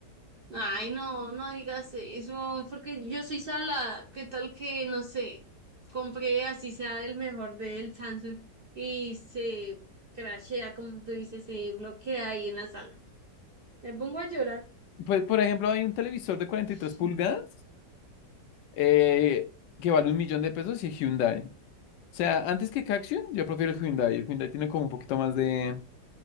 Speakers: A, on the right (about 50°); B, on the left (about 85°).
A: Ay, no, no digas eso, porque yo soy sala. ¿Qué tal que, no sé, compré así sea el mejor del Samsung y se crashea, como tú dices, se bloquea ahí en la sala? Me pongo a llorar
B: Pues, por ejemplo, hay un televisor de 43
A: <laughs>
B: pulgadas eh, que vale un millón de pesos y es Hyundai. O sea, antes que Caxion, yo prefiero el Hyundai. El Hyundai tiene como un poquito más de,